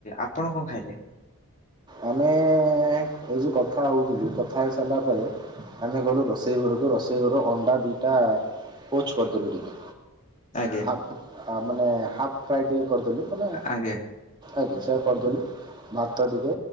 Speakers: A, on the left; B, on the right.
A: ଆପଣ କଣ ଖାଇଲେ?
B: ଆମେ ଏ ଏ ଯେଉଁ କଥା ହେଉଥିଲୁ ଖାଇ ସାରିଲା ପରେ ଆମେ ଗଲୁ ରୋଷେଇ ଘରକୁ ରୋଷେଇ ଘରୁ ଅଣ୍ଡା ଦଇଟା ପୋଚ କରିଦେଲୁ ଟିକେ।
A: ଆଜ୍ଞା
B: ହାପ୍ ମାନେ ହାପ୍ ଫ୍ରାଏ ଟିକେ କରିଦେଲୁ ମନେ
A: ଆଜ୍ଞା
B: ଆଜ୍ଞା ସେ କରିଦେଲୁ ଭାତ ଟିକେ